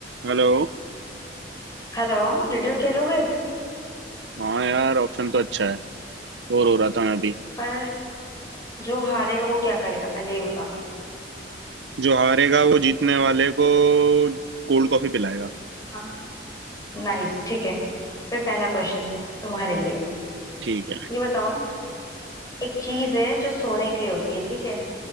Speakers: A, on the right; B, on the left.
A: Hello
B: हेलो रिडल खेलोगे
A: हाँ यार option तो अच्छा है बोर हो रहा था मैं भी
B: पर जो हारेगा वो क्या करेगा पहले ये बताओ
A: जो हारेगा वो जीतने वाले को कोल्ड कॉफी पिलाएगा
B: हाँ नाइस ठीक है फिर पहला क्वेश्चन तुम्हारे लिए
A: ठीक है
B: ये बताओ एक चीज है जो सोने के लिए होती है ठीक है